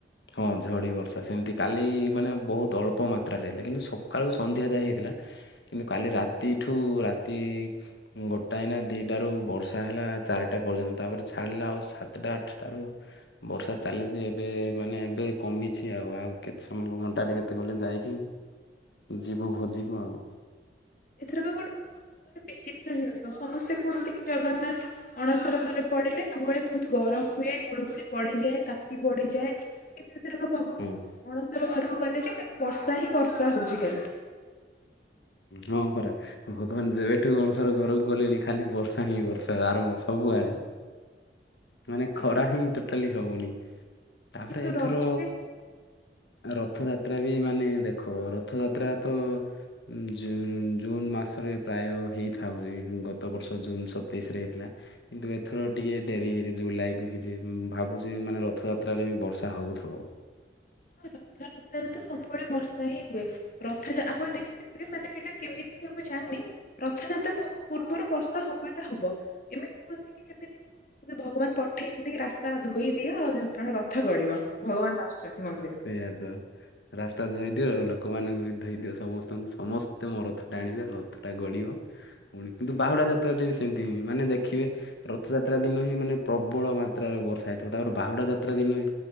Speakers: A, on the left (about 80°); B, on the left (about 50°).
A: ହଁ ଝଡିବର୍ଷା। ସେମିତି କାଲି ମାନେ ବହୁତ ଅଳ୍ପ ମାତ୍ରାରେ ହେଲା କିନ୍ତୁ ସକାଳୁ ସନ୍ଧ୍ୟା ଯାଏ ହେଇଥିଲା। କାଲି ରାତିଠୁ ରାତି ଗୋଟାଏ ନା ଦିଟାରୁ ବର୍ଷା ହେଲା ଚାରିଟା ପର୍ଯ୍ୟନ୍ତ ତାପରେ ଛାଡିଲା ଆଉ ସାତଟା ଆଠଟାରୁ ବର୍ଷା ଚାଲିଛି ଏବେ ମାନେ ଏବେ କମିଛି ଆଉ। ଆଉ କେତେ ସମୟ ଘଣ୍ଟାଟେ କେତେ ଗଲେ ଯାଇକି ଯିବୁ ଭୋଜିକୁୁ ଆଉ।
B: ଏଥରକ ଗୋଟେ ବହୁତ ମାନେ ବିଚିତ୍ର ଜିନିଷ ସମସ୍ତେ କୁହନ୍ତି କି ଜଗନ୍ନାଥ ଅଣସର ଘରେ ପଡ଼ିଲେ ସବୁବେଳେ ବହୁତ୍ ଗରମ ହୁଏ ଗୁଳୁ ଗୁଳି ପଡ଼ିଯାଏ ତାତି ପଡ଼ିଯାଏ କିନ୍ତୁ ଏଥରକ ଭଗବାନ
A: ହୁଁ
B: ଅଣସର ଘରକୁ ଗଲେଯେ କେତେ ବର୍ଷାହିଁ ବର୍ଷା ହଉଚି କାଲିଠୁ
A: ହଁ ପରା ଭଗବାନ ଯେବେଠୁ ଅଣଶର ଘରକୁ ଗଲେଣି ଖାଲି ବର୍ଷାହିଁ ବର୍ଷା ଆରମ୍ଭ ସବୁଆଡ଼େ
B: ଆଜ୍ଞା
A: ମାନେ ଖରାହିଁ ଟୋଟାଲି ହୋଉନି। ତାପରେ
B: କିନ୍ତୁ
A: ଏଥର
B: ରଜରେ
A: ରଥଯାତ୍ରାବି
B: ହଁ କିନ୍ତୁ
A: ମାନେ ଦେଖ ରଥଯାତ୍ରାତ ଜୁନ୍ ଜୁନମାସରେ ପ୍ରାୟ ହେଇଥାଉଯେ ଗତ ବର୍ଷ ଜୁନ୍ ସତେଇଶିରେ ହେଇଥିଲା। କିନ୍ତୁ ଏଥର ଟିକେ ଡେରି ହେଇଚି ଜୁଲାଇକୁ ଯେ ଭାବୁଚି ମାନେ ରଥଯାତ୍ରାରେ ବର୍ଷା ହେଉଥିବ।
B: ରଥ ଯାତ୍ରାରେତ ସବୁବେଳେ ବର୍ଷାହିଁ ହୁଏ ରଥ ଆପଣ ଦେଖିଥିବେ ମାନେ ଏଇଟା କେମିତିବି ମୁଁ ଜାଣିନି ରଥଯାତ୍ରା ପୂର୍ବରୁ ବର୍ଷା ହବାଟା ହବ ଏ ଏମିତି କୁହନ୍ତିକି ଯେମିତି ମାନେ ଭଗବାନ୍ ପଠେଇଚନ୍ତିକି ରାସ୍ତା ଧୋଇ ଦିଅ କାରଣ ରଥ ଗଢିବ ଭଗବାନ୍ ଆସୁଛନ୍ତି ମନ୍ଦିରରେ
A: ସେଇଆତ ରାସ୍ତା ଧୋଇଦିଅ ଲୋକମାନଙ୍କୁବି ଧୋଇ ଦିଅ ସମସ୍ତଙ୍କୁ ସମସ୍ତେ ମୋ ରଥଟା ଟାଣିବେ ରଥଟା ଗଡ଼ିବ ପୁଣି କିନ୍ତୁ ବାହୁଡ଼ା ଯାତ୍ରାରେବି ସେମିତି ମାନେ ଦେ ଦେଖିବେ ରଥଯାତ୍ରା ଦିନହିଁ ମାନେ ପ୍ରବଳ ମାତ୍ରାରେ ବର୍ଷା ହେଇଥିବ ତାପରେ ବାହୁଡ଼ା ଯାତ୍ରା ଦିନବି